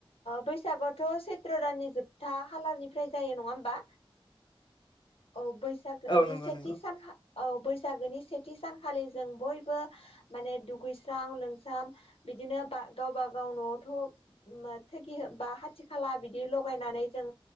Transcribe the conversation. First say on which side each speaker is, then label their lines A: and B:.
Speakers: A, on the left; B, on the left.
A: बैसागावथ' सैथ्र' दाननि जोब था खालारनिफ्राय जायो नङा होमबा औ बैसाग ओ
B: औ नंगौ
A: सेथि
B: नंगौ
A: सान औ बैसागोनि सेथि सानखालि जों बयबो माने दुगैस्रां लोंस्रां बिदिनो गावबा गाव न'आवथ' थोगि बा हाथि खाला बिदि लगायनानै जों